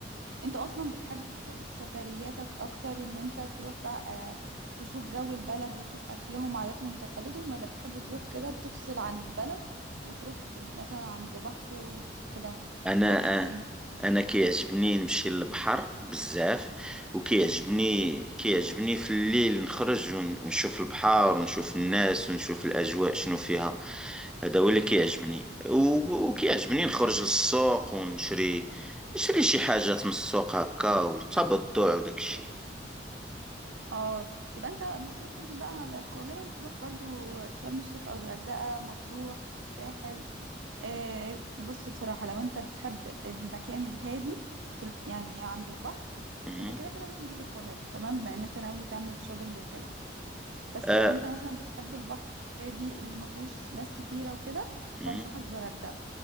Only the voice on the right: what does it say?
انت اصلا بتحب في سفرياتك اكتر ان انت تروح بقى آه، تشوف جو البلد وتشوف اكلهم وعاداتهم وتقاليدهم ولا بتحب تروح كده تفصل عن البلد وتروح في مثلا عند بحر وكده
انت بتحب ايه
اه يبقى انت المفروض تيجي بقى على القاهرة وتروح برضو شرم الشيخ او الغردقة مطروح الساحل آه بص بصراحة لو انت بتحب المكان الهادي في ال... يعني عند البحر
انت كده كده لازم تيجي القاهرة تمام بما ان انت ناوي تعمل شوبينج وكده بس
لو انت مثلا بتحب البحر الهادي اللي ما فيهوش ناس كتيره وكده
فانصحك بالغردقه